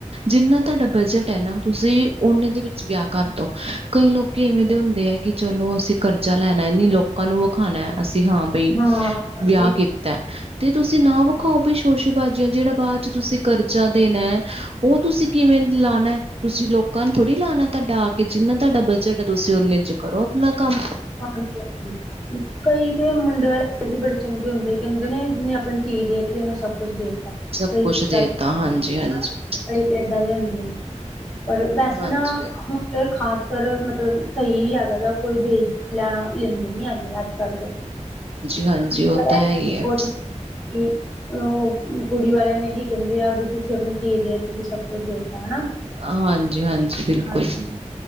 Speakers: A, on the right; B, in the centre.
A: ਜਿੰਨਾ ਤੁਹਾਡਾ ਬਜਟ ਹੈ ਨਾ ਤੁਸੀਂ ਓਨੇ ਦੇ ਵਿੱਚ ਵਿਆਹ ਕਰਦੋ ਕਈ ਲੋਕ ਕਿ ਇਵੇਂ ਦੇ ਹੁੰਦੇ ਹੈ ਕਿ ਚਲੋ ਅਸੀਂ ਕਰਜ਼ਾ ਲੈਣਾ ਨੀ ਲੋਕਾਂ ਨੂੰ ਵਿਖਾਣਾ ਅਸੀਂ ਹਾਂ ਬਈ
B: ਹਾਂ
A: ਵਿਯਾਹ ਕੀਤਾ। ਤੇ ਤੁਸੀਂ ਨਾ ਵਖਾਓ ਬਈ ਸ਼ੋਸ਼ੇਬਾਜ਼ੀਆਂ ਜਿਹੜਾ ਬਾਅਦ ਚ ਤੁਸੀਂ ਕਰਜ਼ਾ ਦੇਣਾ ਹੈ ਉਹ ਤੁਸੀਂ ਕਿਵੇਂ ਲਾਣਾ ਤੁਸੀਂ ਲੋਕਾਂ ਨੂੰ ਥੋੜੀ ਲਾਣਾ ਤੁਹਾਡਾ ਆ ਕੇ ਜਿੰਨਾ ਤੁਹਾਡਾ ਬਜਟ ਹੈ ਤੁਸੀਂ ਓਨੇ ਚ ਕਰੋ। ਮੈ ਕੰਮ
B: ਹਾਂਜੀ -ਹਾਂਜੀ। ਕਈ ਤੇ ਮੁੰਡੇ ਵਾਲੇ ਹੈ ਜੀ ਬੜੇ ਚੰਗੇ ਹੁੰਦੇ ਕਹਿੰਦੇ ਨੇ ਜਿਨੇ ਆਪਣੀ ਧੀ ਦੇ ਤੀ ਉਹਨੇ ਸਭ ਕੁਛ ਦੇ ਤਾ।
A: ਸਭ
B: ਕਈ
A: ਕੁਛ
B: ਦਿੱਤਾ
A: ਦੇਤਾ ਹਾਂਜੀ
B: <unintelligible>
A: ਹਾਂਜੀ
B: ਕਈ ਇਦਾਂ ਦੇ ਹੁੰਦੇ ਨੇ ਪਰ ਵੈਸੇ
A: ਹਾਂਜੀ
B: ਨਾ ਹੁਨ ਤੇ ਖਾਸ ਪਰ ਮਤਲਬ ਸਹੀ ਹੈਗਾ ਜਾ ਕੋਈ ਦੇਜ ਲੈਣਾ ਲੈਂਦੇ ਨੀ ਹੈਗੇ ਅੱਜ ਕਰਕੇ
A: ਹਾਂਜੀ ਹਾਂਜੀ
B: <unintelligible>
A: ਉਹ ਤਾਂ ਹੈ ਹੀ ਹੈ
B: ਉਹ ਕੁੜੀ ਵਾਲਿਆਂ ਨੇ ਇਹੀ ਕਹਿੰਦੇ ਆ ਵੀ ਤੁਸੀਂ ਆਪਣੀ ਧੀ ਦੇ ਤੀ ਤੇ ਸਭ ਕੁਛ ਦੇਤਾ ਹਨਾ।
A: ਹਾਂਜੀ-ਹਾਂਜੀ ਬਿਲਕੁਲ
B: ਹਾਂਜੀ